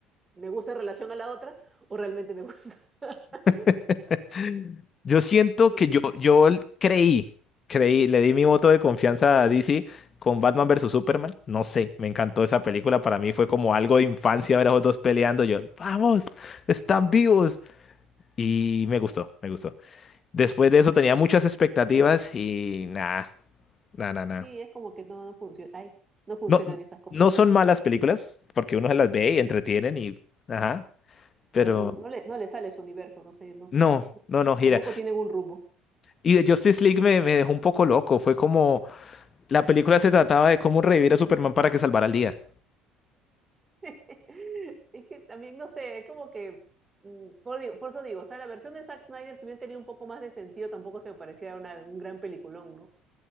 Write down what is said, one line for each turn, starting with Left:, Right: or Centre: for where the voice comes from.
Right: me gusta en relación a la otra o realmente me gusta. <laughs>
Left: <laughs> Yo siento
Right: Y
Left: que yo, yo creí, creí, le di mi voto de confianza a DC con Batman versus Superman. No sé, me encantó esa película. Para mí fue como algo de infancia ver a los dos peleando. Yo, vamos, están vivos. Y me gustó, me gustó. Después de eso tenía muchas expectativas y nada, nada, nada.
Right: sí, es como que no, no funciona, ay, no funcionan
Left: No,
Right: estas cosas,
Left: no
Right: pues,
Left: son
Right: ¿no?
Left: malas películas, porque uno se las ve y entretienen y... Ajá,
Right: Pero
Left: pero
Right: es un- no le, no le sale su universo, no sé, no sé,
Left: no,
Right: no, no.
Left: no, no gira.
Right: Tampoco tienen un rumbo.
Left: Y de Justice League me, me dejó un poco loco. Fue como... La película se trataba de cómo revivir a Superman para que salvara el día.
Right: <laughs> Es que también, no sé, es como que, mm, por, digo- por eso digo, o sea, la versión de Zack Snyder, si bien tenía un poco más de sentido, tampoco es que me parecía una- un gran peliculón, ¿no?